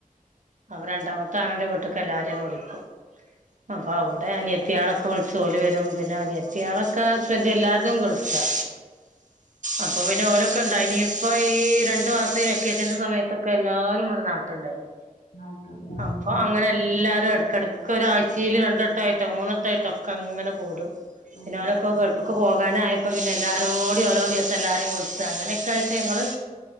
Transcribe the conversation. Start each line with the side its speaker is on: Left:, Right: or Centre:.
Right: അപ്പൊ രണ്ടാമത്തെ ആള്ന്റെ വീട്ട്ക്കെല്ലാരേയ് വിളിക്കും അപ്പൊ അവടെ അനിയത്തിയാളൊക്കെ വിളിച്ച് ഓല് വെരും പിന്നെ അനിയത്തിയാളൊക്കെ ഹസ്ബൻ തെല്ലാര്തും ഗൾഫിലാ അപ്പൊ പിന്നെ ഓലൊക്കെ ഇണ്ടായ്നീ ഇപ്പ ഈ രണ്ടു മാസം ഈ വെക്കേഷന്റെ സമയ ത്തൊക്കെ എല്ലാരുംവടെ നാട്ട്ണ്ടായിനി
Left: ആഹ് ആഹ് ആഹ്
Right: അപ്പൊ
Left: ആഹ്
Right: അങ്ങനെ എല്ലാരും എടക്കെടക്കൊരാഴ്ച്ചീല് രണ്ടെട്ടായിട്ടോ മൂന്നെട്ടായിട്ടോ ഒക്കെ അങ്ങനെ കൂടും
Left: ഉം
Right: പിന്നോലൊക്കെ ഗൾഫ്ക് പോകാനായപ്പോ പിന്നെ എല്ലാരോടേം ഓരോ ദിവസം എല്ലാരേം വിളിച്ച് അങ്ങനെ ക്കായിട്ട് ഞങ്ങള്